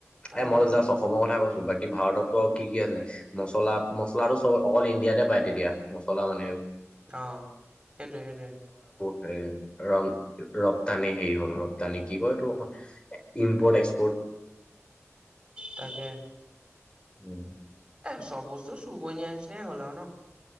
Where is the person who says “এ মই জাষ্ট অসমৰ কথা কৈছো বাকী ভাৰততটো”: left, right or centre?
Left